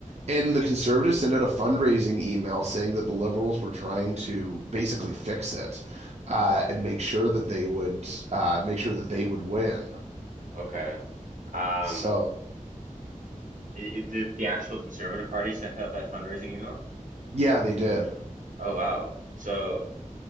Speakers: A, on the right; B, on the right.
A: and the conservatives sent out a fundraising email saying that the liberals were trying to basically fix it uh, and make sure that they would uh, make sure that they would win.
B: Okay. Um,
A: So
B: It, it, did the actual Conservative Party sent out that fundraising email?
A: yeah, they did.
B: Oh wow. So